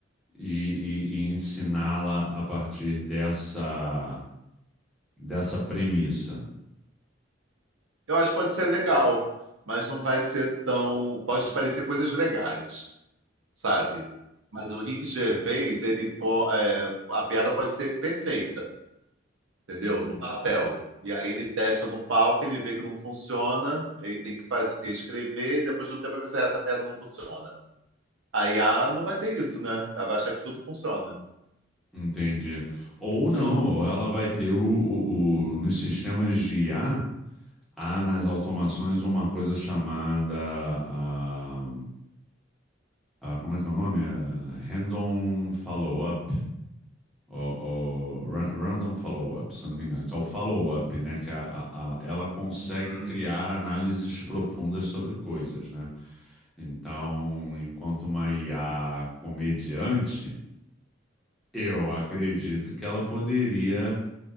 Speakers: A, in the centre; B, on the right (about 80°).
A: e, e, e ensiná-la a partir dessa dessa premissa.
B: Eu acho que pode ser legal, mas não vai ser tão. Pode parecer coisas legais, sabe? Mas o Rick Gervais, ele, po- é, a piada pode ser perfeita. entendeu? No papel. E aí ele testa no palco, ele vê que não funciona, ele tem que fazer, reescrever, depois do tempo ele vai ser, "Ah, essa piada não funciona. Aí a IA não vai ter isso, né? Ela vai achar que tudo funciona.
A: entende? Ou não, ou ela vai ter o, o- o- nos sistemas de IA, há nas automações uma coisa chamada, ah, ah, como é que é o nome? Ah, Random Follow-up, ou, ou ra- Random Follow-up, se eu não me engano, que é o follow-up, né? Que é a- a- a- ela consegue
B: Uhum,
A: criar análises profundas sobre coisas, né? Então, enquanto uma IA comediante Eu acredito que ela poderia